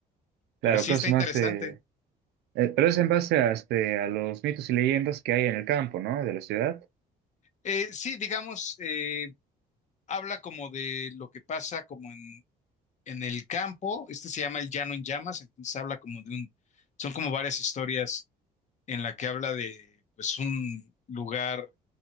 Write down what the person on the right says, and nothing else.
Claro,
cosas
más eh, eh, pero es en base a, este, a los mitos y leyendas que hay en el campo, ¿no? De la ciudad.